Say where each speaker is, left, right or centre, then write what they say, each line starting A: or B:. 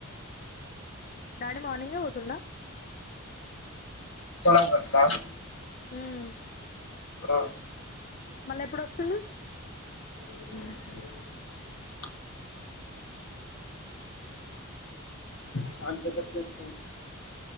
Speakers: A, on the left (about 40°); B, on the left (about 65°).
A: డాడి మార్నింగె పోతుండ
B: కొనంంటా <inaudible>
A: హమ్
B: ఆ
A: మళ్ళా ఎప్పుడు వస్తులు
B: ఆ చాన్ సేపటికి పట్తు